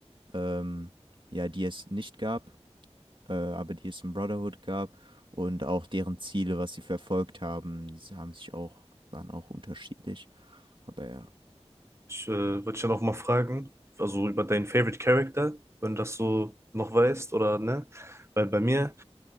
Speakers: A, on the right; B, on the right.
A: ähm, ja, die es nicht gab äh, aber die es in Brotherhood gab und auch deren Ziele, was sie verfolgt haben, diese haben sich auch, waren auch unterschiedlich. Aber ja.
B: Ich äh, wollte dich dann auch mal fragen, also über deinen Favorite Character, wenn du das so noch weißt oder ne? Weil bei mir